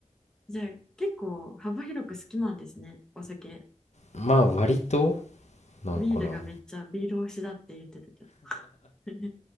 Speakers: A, in the centre; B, on the left.
A: じゃあ、結構幅広く好きなんですね、お酒。
B: まあ割となんかな
A: ビールがめっちゃビール推しだって言ってたけど。<laughs>